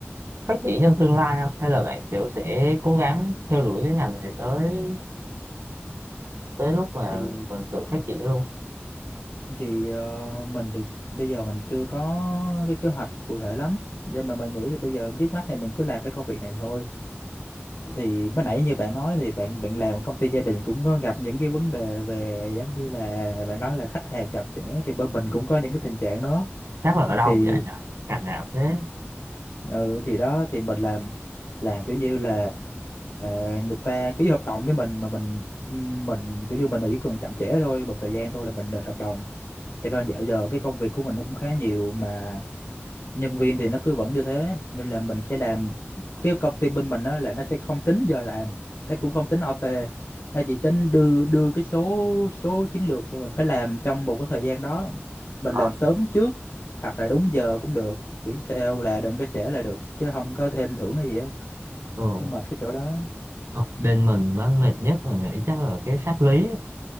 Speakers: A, on the right; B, on the left.
A: phát triển trong tương lai không hay là bạn kiểu sẽ cố gắng theo đuổi cái ngành này tới tới lúc mà
B: thì
A: mình tự phát triển luôn
B: thì ờ, mình thì bây giờ mình chưa có cái kế hoạch cụ thể lắm nhưng mà mình nghĩ thì bây giờ trước mắt thì mình cứ làm cái công việc này thôi thì mới nãy như bạn nói thì bạn bạn làm công ty gia đình cũng có gặp những cái vấn đề về giống như là bạn nói là khách hàng chậm trễ thì bên mình cũng có những cái tình trạng đó
A: chắc là ở đâu
B: thì
A: cũng vậy nhỉ ngành nào thế
B: ừ, thì đó thì mình làm làm kiểu như là à, người ta ký hợp đồng với mình mà mình mình kiểu như mình mà chỉ cần chậm trễ thôi một thời gian thôi là mình đền hợp đồng cho nên dạo giờ cái công việc của mình nó cũng khá nhiều mà nhân viên thì nó cứ vẫn như thế nên là mình sẽ làm cái công ty bên mình đó là nó sẽ không tính giờ làm nó cũng không tính OT nó chỉ tính đưa đưa cái số số chiến lược mà mình phải làm trong một cái thời gian đó mình
A: Ờ.
B: làm sớm trước hoặc là đúng giờ cũng được miễn sao là đừng có trễ là được chứ không có thêm thưởng hay gì á
A: ừ
B: nó mệt cái chỗ đó
A: Ờ, bên mình nó mệt nhất là nghĩ chắc là cái pháp lý á.